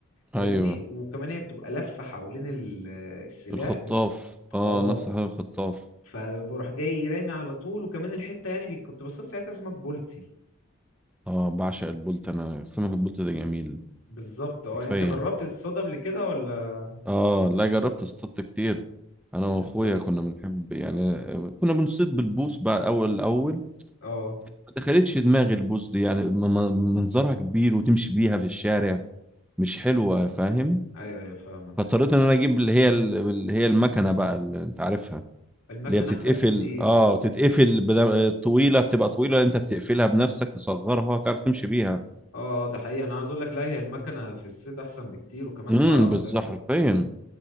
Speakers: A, on the left; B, in the centre.
A: فاهمني
B: ايوه
A: وكمان هي بتبقى لفة حوالين ال- السلاح
B: الخطاف
A: بت...
B: اه
A: اه
B: نفس حاجه الخطاف
A: فبروح جاي رامي على طول وكمان الحتة يعني بي- كنت بصطاد ساعتها سمك بولتي
B: اه بعشق البولت انا سمك البولت ده جميل
A: بالظبط اه
B: حرفيا
A: يعني انت جربت تصطاد قبل كده ولا
B: اه لا جربت اصطاد كتير انا
A: بتصطاد
B: واخويا كنا بنحب يعني كنا بنصيد بالبوص بعد اول الاول
A: اه
B: ما دخلتش دماغي البوص دي يعني م- م- منظرها كبير وتمشي بيها في الشارع مش حلوه فاهم
A: ايوه ايوه فاهمك
B: فاضطريت ان انا اجيب اللي هي ال- اللي هي المكنه بقى اللي انت عارفها
A: المكن
B: اللي هي بتتقفل
A: احسن بكتير
B: اه
A: اه
B: تتقفل بدا... طويله بتبقى طويله انت بتقفلها بنفسك تصغرها تعرف تمشي بيها
A: اه اه ده حقيقي انا عاوز اقول لك لا هي المكنه في الصيد احسن بكتير وكمان
B: امم
A: تعرف
B: بالظبط حرفيا